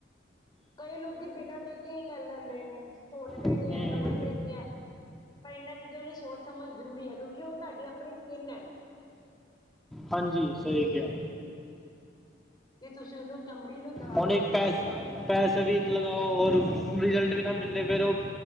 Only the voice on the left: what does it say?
ਕਈ ਲੋਕੀ। ਇਹਨਾਂ ਦੇ ਕੀ ਲੈ ਲੈਂਦੇ ਨੇ ਸੋਚਦੇ
ਨੀ ਹੈ ਸਮਝਦੇ ਨੀ ਹੈ ਪਈ ਇਹਨਾਂ ਚ। ਲਈ ਸੋਚ ਸਮਝ ਜਰੂਰੀ ਹੈ, ਕਿਉਂਕਿ ਉਹ ਤੁਹਾਡੀ ਆਪਣੀ ਸਕਿੰਨ ਹੈ।
ਕਿ ਤੁਸੀਂ ਉਹਨੂੰ। ਚਮੜੀ ਨੂੰ ਖ਼ਰਾਬ
ਕਰ
ਲੋਗੇ